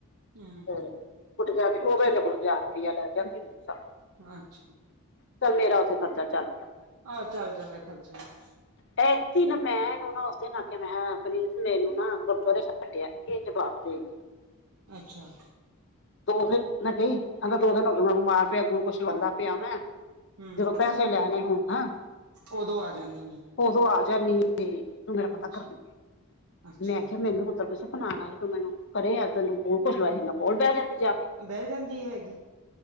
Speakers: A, on the right (about 80°); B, on the left (about 55°).
A: ਹਾਂ
B: ਤੇ ਕੋਠੇ ਤੇ ਜਾ ਕੇ, ਉਹ ਫਿਰ ਐਦੇ ਕੋਲ ਹਜ਼ਾਰ ਰੁਪਇਆ ਲੈ ਜਾਂਦੀ ਹੁੰਦੀ ਸਾ
A: ਅੱਛਾ।
B: ਚੱਲ ਮੇਰਾ ਉੱਥੇ ਖਰਚਾ ਚੱਲ ਗਿਆ।
A: ਆਹ ਚੱਲ ਜਾਂਦੇ ਖਰਚੇ ਨੂੰ
B: ਇਕ ਦਿਨ ਮੈਂ ਐਨੂੰ ਨਾ ਉਸ ਦਿਨ ਆਖਿਆ ਮੈਂ ਕਿਹਾ ਪ੍ਰਿੰਸ ਮੈਂਨੂੰ ਨਾ, ਗੁਰਦੁਆਰੇ ਛੱਡ ਆ। ਇਹ ਜਵਾਸ ਜੀ
A: ਅੱਛਾ।
B: ਦੋ ਦਿਨ ਮੈਂ ਗਈ, ਕਹਿੰਦਾ ਦੋ ਦਿਨ ਹੋ ਗਏ ਮੈਂ ਬਿਮਾਰ ਪਿਆ ਗੁਲੂ ਕੁੱਸ਼ ਲਵਾਂਦਾ ਪਿਆ ਮੈਂ,
A: ਹਮ
B: ਜਦੋਂ ਪੈ ਸੇ ਲੈਣੇ ਹੋਣਾਂ
A: ਉਦੋਂ ਆ ਜਾਂਨੀ ਏਂ।
B: ਉਦੋਂ ਆ ਜਾਂਨੀ ਏਂ, ਤੂੰ ਮੇਰਾ ਪਤਾ
A: ਅੱਛਾ
B: ਕਰਨ,
A: ਅੱਛਾ
B: ਮੈਂਖਿਆ ਮੈਨੂੰ ਪੁੱਤਰ ਕੁਛ ਬਣਾਣਾ ਤੂੰ ਮੈਨੂੰ, ਕਰੇ ਆ ਤੈਨੂੰ ਗੋਲ ਕੁਛ ਲਵਾਇਆ ਸੀ ਮੈਂ ਕੋਲ ਬਹਿ ਜਾਂਦੀ ਜਾ ਕੇ
A: ਬਹਿ ਜਾਂਦੀ ਹੈਗੀ।